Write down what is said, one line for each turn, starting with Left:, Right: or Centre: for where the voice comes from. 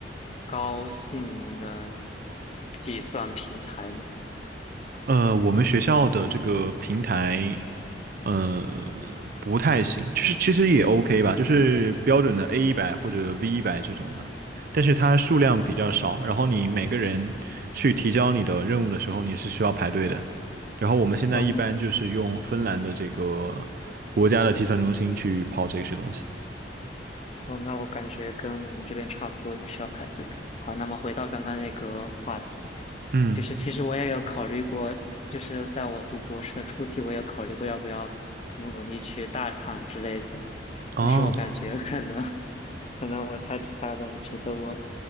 Left: 高性能计算平台吗？
Right: 呃，我们学校的这个平台，呃。不太行，就是其实也 OK 吧，就是标准的 A 一百或者 V 一百这种的，但是它数量比较少，然后你每个人去提交你的任务的时候，你是需要排队的。然后我们现在一般就是用芬兰的这个国家的计算中心去跑这些东西。
Left: 嗯，哦，那我感觉跟我们这边差不多，也是要排队。好，那么回到刚刚那个话题，
Right: 嗯，
Left: 就是其实我也有考虑过，就是在我读博士的初期，我也考虑过要不要努努力去大厂之类的，
Right: 哦，
Left: 但是我感觉可能 <laughs> 可能我太菜了，我觉得我